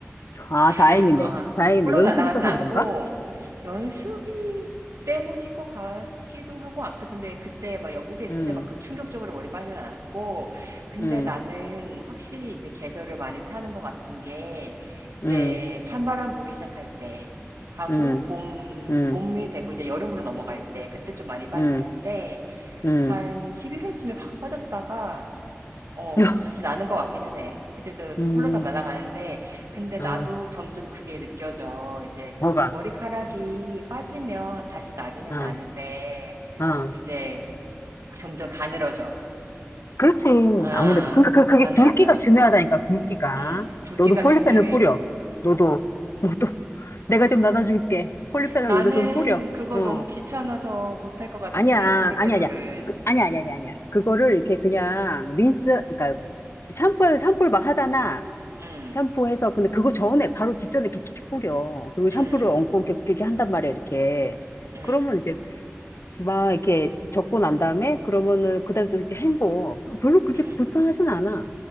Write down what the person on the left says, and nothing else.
아, 다행이네.
다행이네. 연습
있어서
그런가?
음,
음,
음,
음,
음,
음, 음.
<laughs>
음.
응,
뭐가?
응,
응.
그렇지.
아무래도. 그러니까 그, 그게
굵기가 중요하다니까, 굵기가.
너도 폴리펜을
뿌려. 너도, 너도, <laughs> 내가 좀 나눠줄게. 폴리펜을
너도 좀 뿌려.
어.
아니야,
아니야, 아니야. 그, 아니야, 아니야, 아니야, 아니야. 그거를 이렇게 그냥 린스, 그러니까 샴푸를, 샴푸를 막 하잖아.
샴푸해서. 근데 그거 전에, 바로 직전에 이렇게, 이렇게 뿌려. 그리고 샴푸를
얹고 이렇게, 이렇게 한단 말이야, 이렇게.
그러면 이제 막 이렇게 적고 난 다음에 그러면은 그다음에 또 이렇게 헹궈. 별로 그렇게
불편하진 않아.